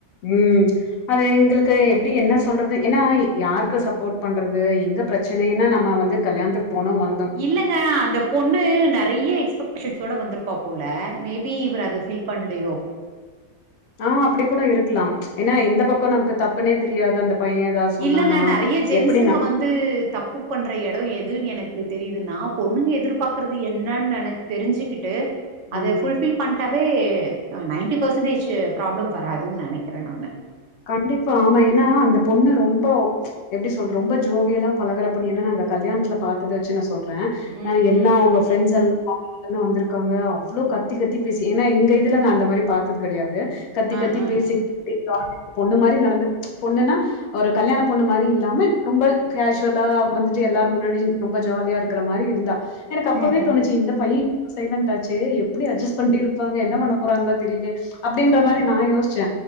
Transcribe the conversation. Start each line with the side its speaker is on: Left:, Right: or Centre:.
Left: ம் அது
Right: அ
Left: எங்களுக் கு எப்டி என்ன சொல்றது ஏன்னா யாருக்கு சப்போட் பன்றது எங்க ப்ரெச்சனைன நம்ம வந்து கல்யாணத்துக் போனோ வந்
Right: இல்லங்க அந்த பொண்ணு நெறைய எக்ஸ்பெக்டேஷன்ஸ்சோட வந்துருப்பா போல மேபி இவர் அத ஃபில் பண்லயோ
Left: ஆ அப்படி கூட இருக்கலா ஏன்னா
Right: ம்.
Left: எந்த பக்கோ நமக்கு தப்புனே தெரியாது அந்த பைய ஏதாவது சொன்னானா
Right: இல்லங்க நெறைய ஜென்சுங்க
Left: எப்டி ந
Right: வந்து தப்பு பண்ற எடோ எதுனு எனக்கு தெரியுதுன்னா பொண்ணுங்க எதிர்பாக்குறது என்னன் நென தெரிஞ்சுக்கிட்டு அத
Left: ம்
Right: ஃபுல்ஃபில் பண்ட்டாவே அ நைன்டி பேசன்டேஜு ப்ராப்ளம் வராதுன் நெனைக்கிறே நானு
Left: கண்டிப்பா ஆமா ஏன்னா அந்த பொண்ணு ரொம்போ எப்டி சொல்ற ரொம்போ ஜோவியலா பழகுற பொண்ணு ஏன்னா நாங்க கல்யாணத்துல பாத்தத வெச்சு நா சொல்றே
Right: ம்
Left: அ எல்லா
Right: ம்
Left: அவுங்க ஃப்ரெண்ஸ் எல்லா வந்திருக்காங்க அவ்வளோ கத்தி கத்தி பேசி ஏன்னா எங்க இதுல நா அந்த மாரி பாத்தது கெடையாது கத்தி
Right: அ
Left: கத்தி
Right: அ
Left: பேசிட்டு <inaudible> பொண்ணு மாரி நடந்க் பொண்ணுனா ஒரு கல்யாண
Right: ம்
Left: பொண்ணு மாரி இல்லாம ரொம்ப கேஷ்வலா வந்துட்டு எல்லாரு முன்னாடி ரொம்ப ஜாலியா இருக்குற மாரி இருந்தா எனக்கு அப்பவே
Right: ம் ம்
Left: தோணுச்சு இந்த பைய் சைலண்ட்டாச்சே எப்டி அட்ஜஸ்ட் பண்டுட்டு இருப்பாங்க என்ன பண்ண போறாங்களோ தெரிலயே அப்டின்ற மாரி
Right: ம்
Left: நா யோசிச்சே